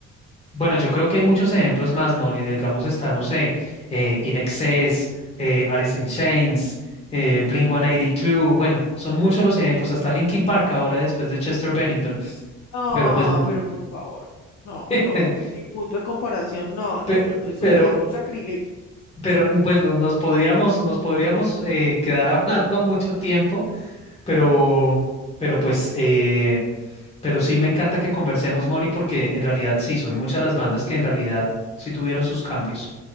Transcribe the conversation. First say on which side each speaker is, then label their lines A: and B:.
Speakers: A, on the left; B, on the left.
A: Bueno,
B: sí.
A: yo creo que hay muchos ejemplos más, Moni. Digamos, está, no sé, eh, In Excess, eh, Alice in Chains, eh, Blink-182. Bueno, son muchos los ejemplos, hasta Linkin Park ahora después de Chester Bennington.
B: No,
A: Pero pues, n-
B: pero por favor, no,
A: <laughs>
B: no, no, ni punto de comparación, no, no,
A: pe-
B: no, no, eso
A: pero,
B: sí es un sacrilegio.
A: pero n- pues nos, nos podríamos, nos podríamos eh, quedar hablando <laughs> mucho tiempo, pero, pero pues. eh, Pero sí me encanta que conversemos, Moni, porque en realidad sí, son muchas las bandas que en realidad sí tuvieron sus cambios.